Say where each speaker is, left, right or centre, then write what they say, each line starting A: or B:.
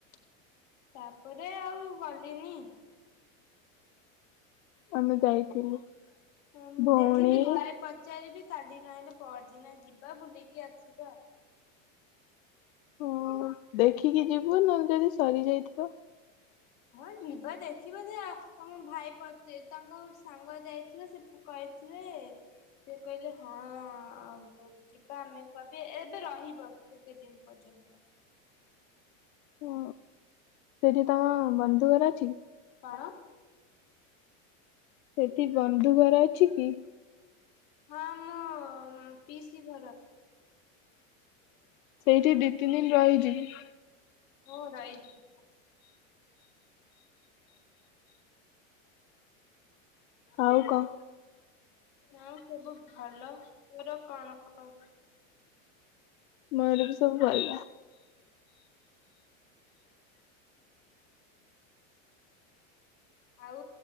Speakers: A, on the left (about 45°); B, on the left (about 80°).
A: <inaudible> ତାପରେ ଆଉ ଗଲିନି।
B: ଆମେ ଯାଇଥିଲୁ।
A: ହଁ
B: ଭଉଣୀ
A: ଦେଖିବି ଘରେ ପଚାରିବି କାଲି ନହେଲେ ପରଦିନ ଯିବା ବୁଲିକି ଆସିବା।
B: ହଁ ଦେଖିକି ଯିବୁ ନହେଲେ ଯଦି ସରି ଯାଇଥିବ।
A: ହଁ ଯିବା ଦେଖିବା ସେଆ ତମ ଭାଇ ପଚା ତାଙ୍କ ସାଙ୍ଗ ଯାଇଥିଲେ ସେ କହିଥିଲେ ସେ କହିଲେ ହଁ। ଆବ ଯିବା ଆମେ କବେ ଏବେ ରହିବ କେତେ ଦିନ। ପର୍ଯ୍ୟନ୍ତ।
B: ଓ ସେଠି ତମ ବନ୍ଧୁଘରେ ଅଛି।
A: କଣ
B: <inaudible> ସେଠି ବନ୍ଧୁ ଘର ଅଛି କି?
A: ହଁ ମୋ ପିଇସି ଘର।
B: ସେଇଠି ଦି ତିନି ଦିନ ରହିଛି। ହୁଁ।
A: ହ ରାଇ <inaudible>
B: ଆଉ କ।
A: ହଁ ସବୁ ଭଲ ତୋର କଣ କ।
B: ମୋର ବି ସବୁ ଭଲ।
A: ଆଉ।